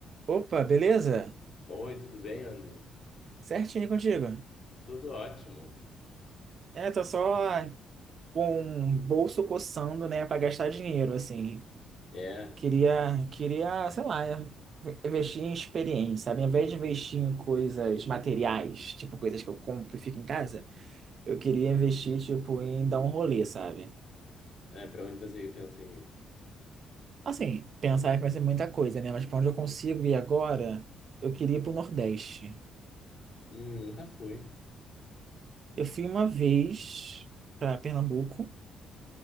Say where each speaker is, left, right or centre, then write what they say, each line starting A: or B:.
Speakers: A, on the right; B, on the left.
A: Opa, beleza?
B: Oi, tudo bem, Andrews?
A: Certinho contigo.
B: Tudo ótimo.
A: É, tô só com o bolso coçando, né, pra gastar dinheiro, assim.
B: É,
A: Queria, queria, sei lá, investir em experiência, sabe? Ao invés de investir em coisas materiais, tipo coisas que eu compro e fico em casa, eu queria investir, tipo, em dar um rolê, sabe?
B: é, pra onde você pensa em ir?
A: Assim, pensar que vai ser muita coisa, né? Mas pra onde eu consigo ir agora, eu queria ir pro Nordeste.
B: Hum, nunca fui.
A: Eu fui uma vez pra Pernambuco.